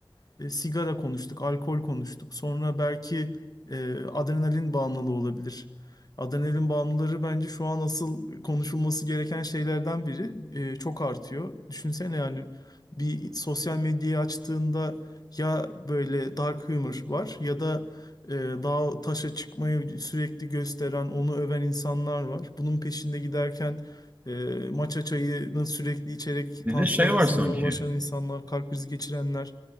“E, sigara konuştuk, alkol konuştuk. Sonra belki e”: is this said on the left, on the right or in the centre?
Left